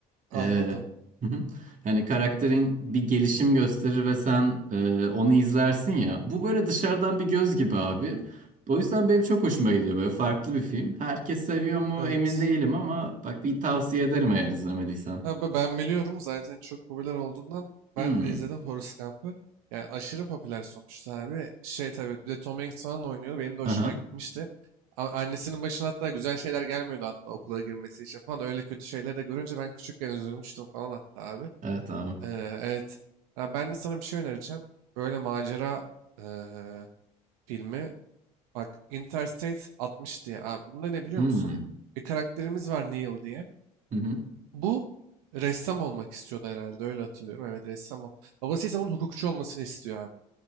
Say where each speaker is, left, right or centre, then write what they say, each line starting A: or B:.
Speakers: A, on the right; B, on the right.
A: anladım.
B: Ee, hı hı. hani karakterin bir gelişim gösterir ve sen e, onu izlersin ya. Bu böyle dışarıdan bir göz gibi abi. O yüzden benim çok hoşuma gidiyor böyle farklı bir film. Herkes seviyor mu
A: Evet.
B: emin değilim ama bak bir tavsiye ederim eğer izlemediysen.
A: Abi ben biliyorum zaten çok popüler olduğundan
B: Hmm.
A: ben de izledim Forrest Gump'ı. Yani aşırı popüler sonuçta abi. Şey tabii bir de Tom Hanks falan oynuyordu. Benim de hoşuma
B: Aha.
A: gitmişti. A- Annesinin başına hatta güzel şeyler gelmiyordu hatta okula girmesi için falan. Öyle kötü şeyleri de görünce ben küçükken üzülmüştüm falan hatta abi.
B: Evet abi.
A: Ee, evet. Ha, ben de sana bir şey önereceğim. Böyle macera ee, filmi. Bak Interstate 60 diye. Abi, bunda ne biliyor
B: Hmm.
A: musun? Bir karakterimiz var Neil diye.
B: Hı hı.
A: Bu ressam olmak istiyordu herhalde öyle hatırlıyorum. Evet ressam o. Babası ise bunun hukukçu olmasını istiyor abi.